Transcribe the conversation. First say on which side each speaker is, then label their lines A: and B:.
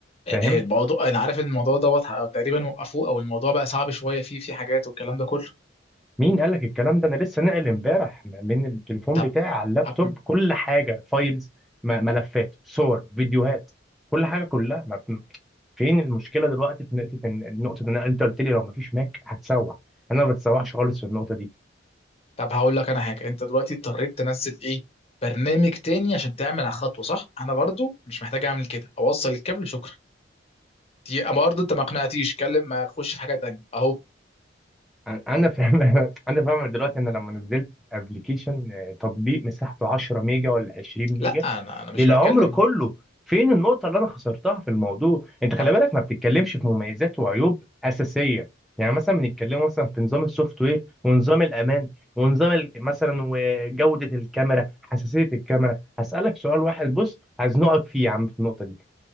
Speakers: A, in the centre; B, on the left (about 35°).
A: فاهم
B: الموضوع انا عارف ان الموضوع دوت او تقريبا وقفوه او الموضوع بقى صعب شويه فيه في حاجات والكلام ده كله
A: مين قال لك الكلام ده انا لسه ناقل امبارح من التليفون
B: طب
A: بتاعي على اللابتوب
B: طب
A: كل حاجه فايلز م- ملفات صور فيديوهات كل حاجه كلها ما بت- فين المشكله دلوقتي في نقطه إن- النقطه دي انا انت قلت لي لو ما فيش ماك هتسوح انا ما بتسوحش خالص في النقطه دي
B: طب هقول لك انا حاجه انت دلوقتي اضطريت تنزل ايه برنامج تاني عشان تعمل على خطوه صح انا برضو مش محتاج اعمل كده اوصل الكابل شكرا دي برضو انت ما اقنعتيش كلم ما اخش في حاجه تانيه اهو
A: انا فاهم <laughs> انا فاهم دلوقتي ان لما نزلت ابلكيشن تطبيق مساحته 10 ميجا ولا 20 ميجا
B: لا انا انا مش
A: للعمر
B: بتكلم
A: كله فين النقطة اللي انا خسرتها في الموضوع انت خلي
B: انا
A: بالك ما بتتكلمش في مميزات وعيوب أساسية يعني مثلا بنتكلم مثلا في نظام السوفت وير ونظام الامان ونظام ال- مثلا وجودة الكاميرا حساسية الكاميرا هسألك سؤال واحد بص هزنقك فيه يا عم في النقطة دي